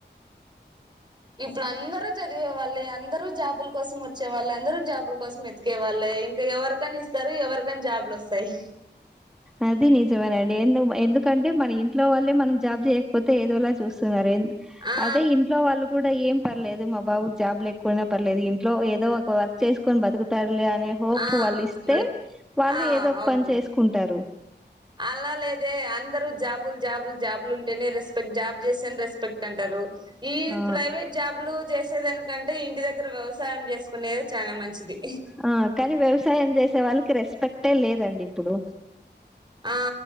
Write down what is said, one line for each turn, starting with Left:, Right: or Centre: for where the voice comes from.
Right: ఇప్పుడు అందరు చదివే వాళ్ళు అందరు జాబుల కోసం వచ్చే వాళ్ళు అందరు జాబుల కోసం వెతికే వల్లే ఇంకా ఎవరికని ఇస్తారు ఎవరికని జాబ్లు వస్తాయి
Centre: ఆది నిజమేనండి ఎందుకు ఎందుకంటే మన ఇంట్లో వాళ్ళే మనం జాబ్ చేయకపోతే ఏదోలా చూస్తున్నారే
Right: ఆ
Centre: అదే ఇంట్లో వాళ్ళు కూడా ఏం పర్లేదు మా బాబుకు జాబ్లు ఎక్కువున్న పర్లేదు ఇంట్లో ఏదో ఒక వర్క్ చేసుకొని బతుకుతాడులే అని అనే హోప్
Right: ఆ
Centre: వాళ్ళిస్తే వాళ్ళు
Right: ఆ
Centre: ఏదో ఒక్
Right: అవును
Centre: పన్ చేస్కుంటారు
Right: అలా లేదే అందరూ జాబుల్ జాబుల్ జాబులుంటేనే రెస్పెక్ట్ జాబు జేస్తేన్ రెస్పెక్ట్ అంటారు ఈ
Centre: ఆ
Right: ప్రైవేట్ జాబ్లు జేసేదానికంటే ఇంటి దగ్గర వ్యవస్ సాయం జేస్కునేది చానా మంచిది
Centre: ఆ కానీ వ్యవసాయం చేసే వాళ్ళకి రెస్పెక్టే లేదండి ఇప్పుడు
Right: ఆ